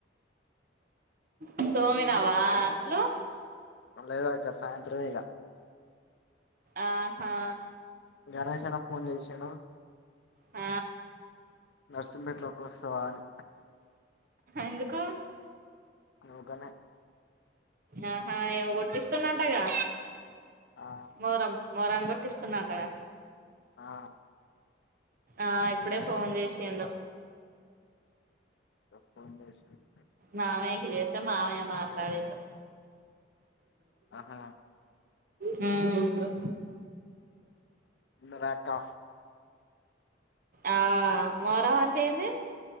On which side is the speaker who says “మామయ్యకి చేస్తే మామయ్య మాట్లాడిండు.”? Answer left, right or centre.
Right